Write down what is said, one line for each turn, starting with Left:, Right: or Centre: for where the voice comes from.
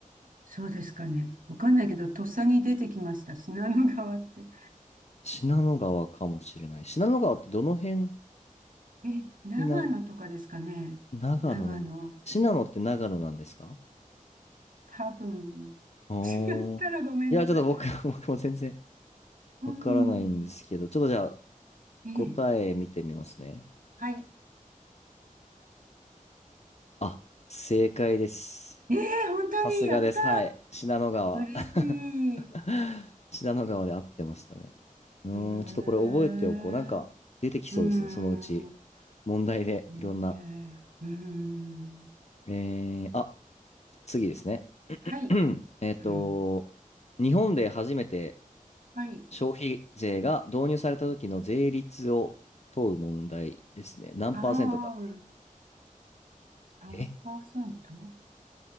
Right: そうですかね。わかんないけど、とっさに出てきました。信濃川って。
Left: 信濃川かもしれない。信濃川ってどの辺
Right: え、長野とかですかね。
Left: にな、長野なんだ。
Right: 長野。
Left: 信濃って長野なんですか
Right: 多分、
Left: おー。
Right: 違ったらごめんなさい。
Left: いや、ちょっと僕、<laughs> 僕も全然
Right: うーん。
Left: わからないんですけど、ちょっとじゃあ
Right: ええ、
Left: 答え見てみますね。
Right: はい。
Left: あ、正解です。
Right: ええ、本当に、
Left: さすがです。
Right: やった
Left: はい。信濃川。
Right: ー。嬉し
Left: <laughs>
Right: い。
Left: 信濃川で合ってましたね。うーん、
Right: へえ、う
Left: ちょっとこれ覚えておこう。なんか出てきそうですね。
Right: ーん。
Left: そのうち。問題でいろんな。
Right: ねえ、うーん。
Left: えー、あ、次ですね。
Right: はい。
Left: <clears throat> えっと、
Right: うん。
Left: 日本で初めて
Right: はい。
Left: 消費税が導入された時の税率を問う問題ですね。何パーセントかって。
Right: ああ。3%?
Left: え、